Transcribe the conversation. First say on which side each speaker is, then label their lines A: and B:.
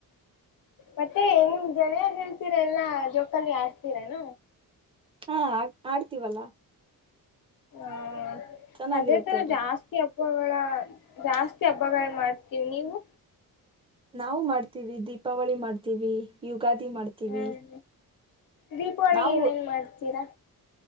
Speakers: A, on the left (about 65°); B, on the right (about 15°).
A: ಮತ್ತೆ ನಿಮ್ ಜನಯ ಹೇಳ್ತೀರ ಎಲ್ಲಾ ಜೋಕಲ್ಲಿ ಆಡ್ತೀರಾನ.
B: ಹಾ ಆ ಆಡ್ತೀವಲ್ಲಾ.
A: ಹಾ.
B: ಚೆನ್ನಾಗಿರುತ್ತೆ
A: ಅದೇ ತರ
B: ಅದು.
A: ಜಾಸ್ತಿ ಆಗ್ ಹಬ್ಬಗಳ ಜಾಸ್ತಿ ಹಬ್ಬಗಳ ಮಾಡ್ತೀವಿ ನೀವು.
B: ನಾವು ಮಾಡ್ತೀವಿ ದೀಪಾವಳಿ ಮಾಡ್ತೀವಿ ಯುಗಾದಿ ಮಾಡ್ತೀವಿ.
A: ಹ್ಮ್ ದೀಪಾವಳಿ
B: ನಾವು
A: ಏನೇನ್ ಮಾಡ್ತೀರಾ.